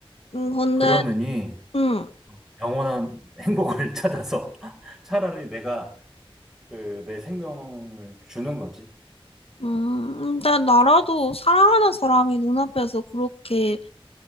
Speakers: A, on the left; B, in the centre.
A: 음, 근데,
B: 그러느니
A: 음,
B: 영원한 행복을 <laughs> 찾아서 <laughs> 차라리 내가 그 내 생명을 주는 거지.
A: 음, 근데 나라도 사랑하는 사람이 눈앞에서 그렇게